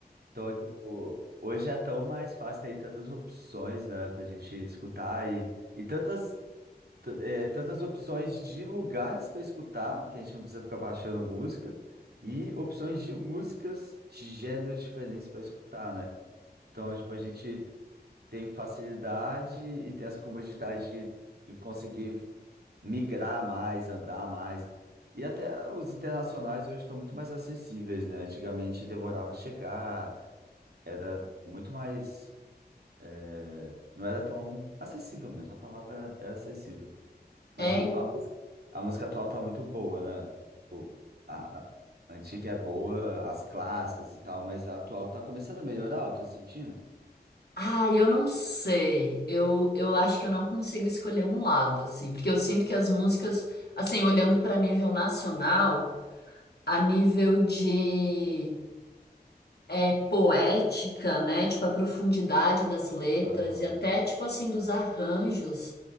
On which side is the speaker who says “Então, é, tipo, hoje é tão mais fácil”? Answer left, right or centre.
Right